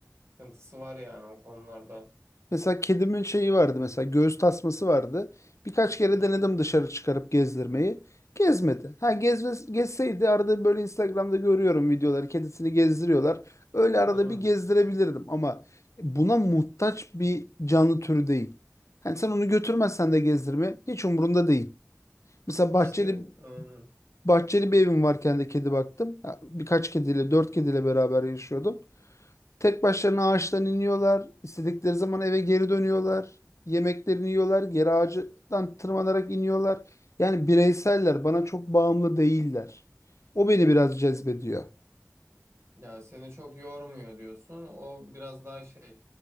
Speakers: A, on the right; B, on the left.
A: Sıkıntısı var yani o konularda.
B: Mesela kedimin şeyi vardı mesela göğüs tasması vardı. Birkaç kere
A: Evet.
B: denedim dışarı çıkarıp gezdirmeyi. Gezmedi. Ha gezme, gezseydi arada böyle Instagram'da görüyorum videoları kedisini gezdiriyorlar. Öyle arada
A: Değil mi?
B: bir gezdirebilirdim ama buna muhtaç bir canlı türü değil. Hani sen onu götürmezsen de gezdirme hiç umurunda değil. Mesela bahçeli
A: İşte aynen.
B: bahçeli bir evim varken de kedi baktım. Ha, Birkaç kediyle dört kediyle beraber yaşıyordum. Tek başlarına ağaçtan iniyorlar. istedikleri zaman eve geri dönüyorlar. Yemeklerini yiyorlar. Geri ağacından tırmanarak iniyorlar. Yani bireyseller, bana çok bağımlı değiller. O beni biraz cezbediyor.
A: Ya seni çok yormuyor diyorsun. O biraz daha şey.